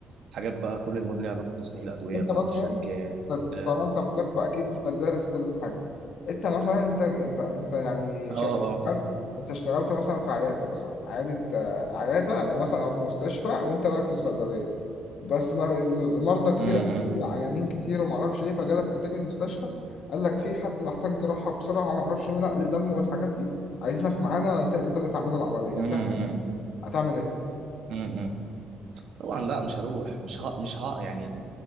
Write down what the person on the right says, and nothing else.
حاجات بقى كل المواد ليها علاقه بتصنيع الادويه
بقى
والشركات
اه
اه
امم
امم
امم طبعا لا مش هروح مش ها مش ها يعني